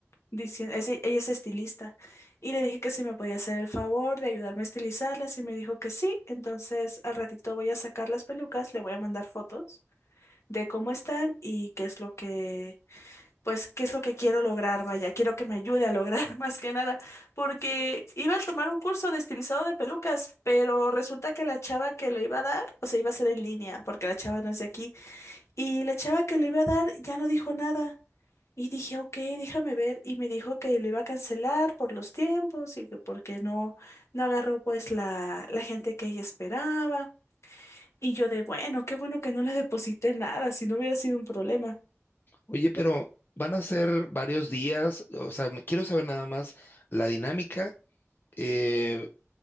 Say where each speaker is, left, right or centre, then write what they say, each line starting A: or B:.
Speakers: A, on the left (about 65°); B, on the left (about 45°).
A: diciendo, ella es estilista, y le dije que si me podía hacer el favor de ayudarme a estilizarlas, y me dijo que sí. Entonces, al ratito voy a sacar las pelucas, le voy a mandar fotos de cómo están y qué es lo que pues, ¿qué es lo que quiero lograr? Vaya, quiero que me ayude a lograr <laughs> más que nada, porque iba a tomar un curso de estilizado de pelucas, pero resulta que la chava que lo iba a dar, o sea, iba a ser en línea, porque la chava no es de aquí, y la chava que lo iba a dar ya no dijo nada. Y dije, ok, déjame ver, y me dijo que lo iba a cancelar por los tiempos y que porque no, no agarró pues la, la gente que ella esperaba. Y yo de, bueno, qué bueno que no le deposité nada, si no hubiera sido un problema.
B: Oye, pero van a ser varios días, o sea, me- quiero saber nada más la dinámica. eh,